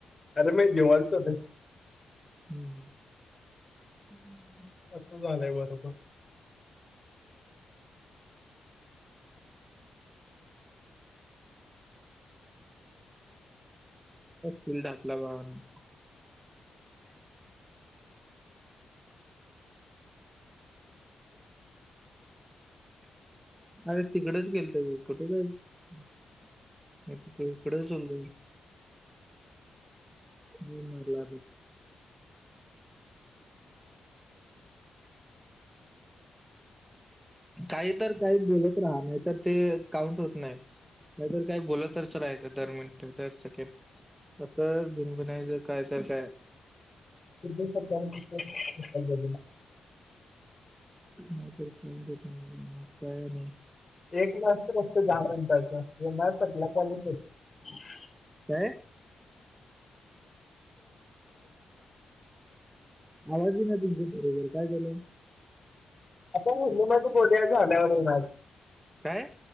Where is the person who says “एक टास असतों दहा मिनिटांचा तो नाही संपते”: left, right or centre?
Left